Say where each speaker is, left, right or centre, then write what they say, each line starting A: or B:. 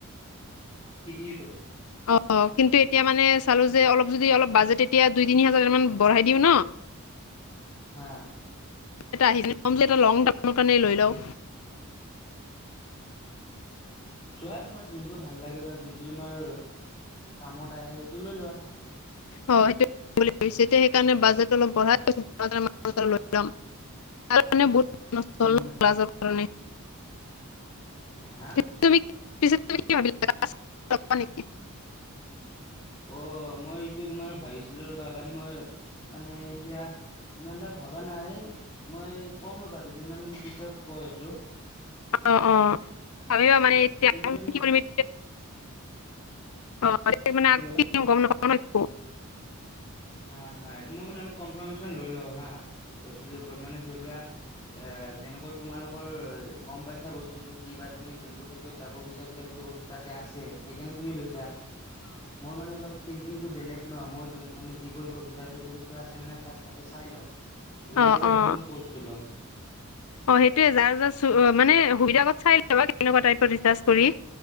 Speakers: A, on the left (about 25°); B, on the left (about 75°).
A: C P ইউটো।
B: অ কিন্তু এতিয়া মানে চালো যে অলপ যদি অলপ বাজেট এতিয়া দুই তিনি হাজাৰ মান বঢ়াই দিওঁ ন।
A: হা।
B: এটা আহি কম যে এটা লং তাপৰ কাৰণে লৈ লওঁ।
A: চোৱা তোমাৰ যোনটো ভাল লাগে বা যোনটো তোমাৰ কামত আহে সেইটো লৈ লোৱা।
B: হয় সেইটো সেইকাৰণে বাজেট অলপ বঢ়াই <unintelligible> লৈ লম। <unintelligible>
A: উম হা।
B: তুমি পিছ তুমি কি ভাবিল <unintelligible> নেকি।
A: অ মই এইটো তোমাৰ ভাবিছিলো ৰবা বাদ মই। মানে এতিয়া ইমান এটা ভবা নাই মই। কম ৰ'বা দুদিনমান পিছত কৈ আছো
B: অ অ ভাবিবা মানে এতিয়া
A: দুদিন পিছত মোক
B: কি কৰিবি। <unintelligible>
A: কি ক'লা হা হা মই মানে অলপ কনফাৰ্মেশচন লৈ লওঁ হা বস্তুটোৰ ওপৰত মানে ধৰি লোৱা। এ যেনেকৈ তোমালোকৰ গম পাইছা বস্তুটো কি বা তুমি যোনটো ক্ষেত্ৰত যাব বিচাৰিছা সেইটো বস্তু। তাতে আছে সেইকাৰণে তুমি লৈছা মোৰ মানে অলপ থিংকিংটো বেলেগ ন মই যোন। মানে যি কৰিব বিচাৰোঁ সেইটো বস্তু আছেনে নাই ফাৰ্ষ্ট তাতে চাই লওঁ। যদি
B: অ
A: আছে
B: অ।
A: দেন মই ক'ৰ্চটো ল'ম।
B: অ সেইটোয়ে যাৰ যাৰ মানে সুবিধাগত চাই লবা কেনেকুৱা টাইপৰ ৰিচাৰ্চ কৰি।